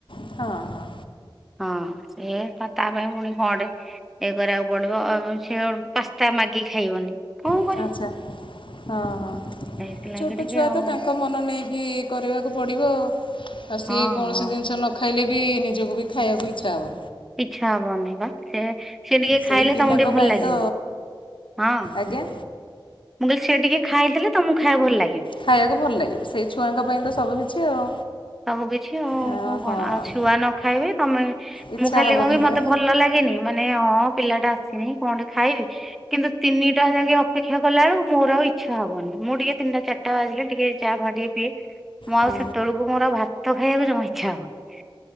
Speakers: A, on the left; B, in the centre.
A: ହଁ-ହଁ।
B: ହଁ ସେ ତ ତା ପାଇଁ ପୁଣି କଣଟେ ଇଏ କରିଆକୁ ପଡିବ ଆଉ ସେ ପାସ୍ତା ମ୍ୟାଗି ଖାଇବନି। କଣ
A: <unintelligible>
B: କରିବ
A: ଆଚ୍ଛା ହଁ-ହଁ
B: ସେଇଥିଲାଗି
A: ଛୋଟ
B: ଟିକେ
A: ଛୁଆ
B: ଆଉ
A: ତ ତାଙ୍କୁ ମନ ନେଇକି କରିବାକୁ ପଡ଼ିବ ସିଏ
B: ହଁ
A: କୌଣସି
B: ହଁ
A: ଜିନିଷ ନ ଖାଇଲେ ବି ନିଜକୁ ବି ଖାଇଆକୁ ଇଚ୍ଛା ହବ।
B: ଇଚ୍ଛା ହବନି ବା ସେ ସେ ଟିକେ
A: ସେଇ
B: ଖାଇଲେ
A: ପିଲାଙ୍କ
B: ତମକୁ ଟିକେ ଭଲ
A: ପାଇଁ
B: ଲାଗିବ
A: ତ
B: ହଁ
A: ଆଜ୍ଞା?
B: ମୁଁ କହିଲି ସିଏ ଟିକେ ଖାଇ ଦେଲେ ତମୁକୁ ଖାଇଆକୁ ଭଲ ଲାଗେ।
A: ଖାଇଆକୁ ଭଲ ଲାଗିବ ସେଇ ଛୁଆଙ୍କ ପାଇଁ ତ ସବୁ କିିଛି ଆଉ।
B: ସବୁ କିଛି ଆଉ
A: ଅ ହଁ।
B: କଣ ଆଉ ଛୁଆ ନ ଖାଇବେ ତମେ
A: ଇଚ୍ଛା
B: ମୁଁ ଖାଲି
A: ହବନି
B: କହିବି
A: ପୁରା।
B: ମତେ ଭଲ ଲା <unintelligible> ମାନେ ହଁ ପିଲାଟା ଆସିନି କଣଟେ ଖାଇବି କିନ୍ତୁ ତିନିଟା ଯାକେ ଅପେକ୍ଷା କଲା ବେଳେ ମୋର ଆଉ ଇଚ୍ଛା ହବନି ମୁଁ ଟିକେ ତିନିଟା ଚାରିଟା ବାଜିଲେ ଟିକେ ଚା ଫାଆ ଟିକେ ପିଏ, ମୁଁ
A: ହଁ
B: ଆଉ <unintelligible> କୁ ମୋର ଭାତ ଖାଇବାକୁ ଜମା ଇଚ୍ଛା ହଉନି